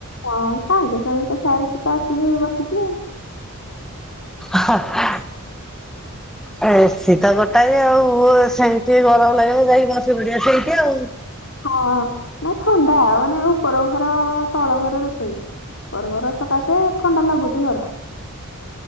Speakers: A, on the left (about 60°); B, in the centre.
A: ହଁ ତା ସାଙ୍ଗେ ସାଙ୍ଗେ ତ ସାରିକି ତ ଆସିକି ବସିଚି ଆଉ।
B: ଅହ୍। ଏ ସି ତ ଗୋଟାଏ ଆଉ ସେଇଠିି ଟିକେ ଗରମ ଲାଗିଲ ଯାଇକି ବସି ପଡିବା ସେଇଠିି ଆଉ।
A: ହଁ ନାଇଁ ଥଣ୍ଡା ମାନେ ଉପର ଘର ତଳ ଘରେ ରୋଷେଇ। ଉପର ଘର ସକାଶେ ଥଣ୍ଡା ଲାଗୁଚି ଘର।